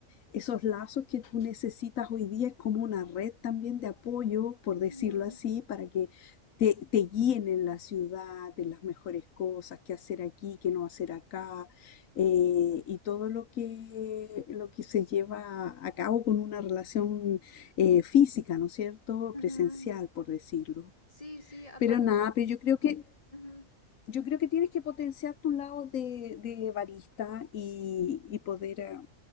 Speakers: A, on the left (about 80°); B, on the left (about 25°).
A: esos lazos que tú necesitas hoy día es como una red también de apoyo, por decirlo
B: ujú,
A: así, para que te, te guíen en la ciudad, en las mejores cosas, qué hacer aquí, qué no hacer acá, eh, y todo lo que, lo que se lleva a cabo con una relación eh, física, ¿no es cierto?
B: ujú.
A: Presencial, por decirlo.
B: Sí, sí, aparte,
A: Pero nada, pero yo creo que
B: ujú.
A: yo creo que tienes que potenciar tu lado de, de barista y, y poder eh,